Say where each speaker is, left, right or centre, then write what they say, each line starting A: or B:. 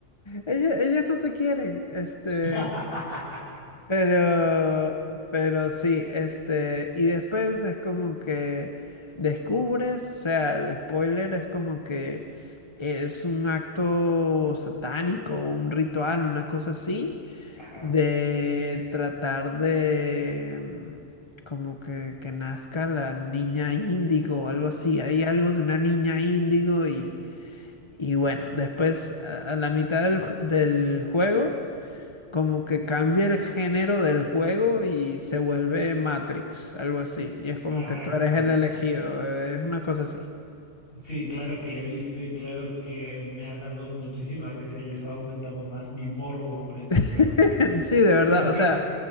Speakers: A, on the left; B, on the left.
A: ellos, ellos no se quieren, este,
B: <laughs>
A: Pero, pero sí, este, y después es como que descubres, o sea, el spoiler es como que es un acto satánico, un ritual, una cosa así,
B: Ajá,
A: de tratar de mm, como que, que nazca la niña índigo o algo así. Hay
B: sí.
A: algo de una niña índigo y, y bueno, después a, a la mitad del ju- del juego. Como que cambia el género del juego y se vuelve Matrix, algo así. Y es como
B: Ajá,
A: que tú eres
B: sí.
A: el elegido, eh, es una cosa así.
B: Sí, claro que le he visto y claro que me ha dado muchísima risa y eso ha aumentado más mi morbo por ese juego.
A: <laughs> Sí, de verdad,
B: Pero qué.
A: o sea,